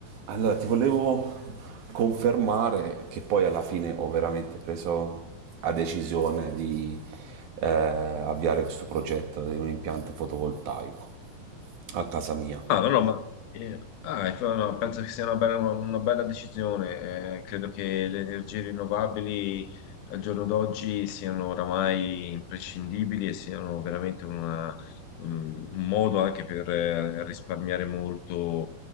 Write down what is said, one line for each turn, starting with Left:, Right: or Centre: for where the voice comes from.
Right: Allora, ti volevo confermare che poi alla fine ho veramente preso la decisione di eh, avviare questo progetto di un impianto fotovoltaico a casa mia.
Left: Ah, no, no, ma eh, ah, ecco, no, no, penso che sia una bella, una- una bella decisione. Eh, credo che le energie rinnovabili al giorno d'oggi siano oramai imprescindibili e siano veramente una- un un modo anche per eh, risparmiare molto